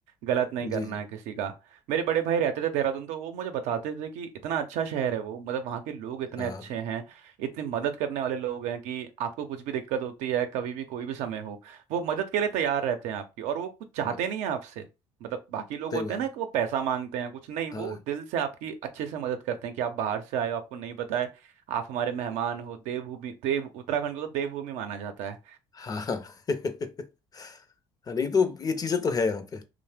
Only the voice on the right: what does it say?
गलत नहीं करना
है किसी का मेरे बड़े भाई रहते थे देहरादून तो वो मुझे बताते थे कि इतना अच्छा शहर है वो मतलब वहाँ के लोग इतने
अच्छे हैं इतने मदद करने वाले लोग हैं कि आपको कुछ भी दिक्कत होती है कभी भी कोई भी समय हो वो मदद के लिए तैयार रहते हैं आपकी और वो कुछ चाहते
नहीं है आपसे मतलब बाकी लोग
होते
हैं ना कि वो पैसा मांगते हैं कुछ नहीं वो
दिल से आपकी अच्छे से मदद करते हैं कि आप बाहर से आए हो आपको नहीं पता है आप हमारे मेहमान हो देवभूमि देव उत्तराखंड को तो देवभूमि माना जाता है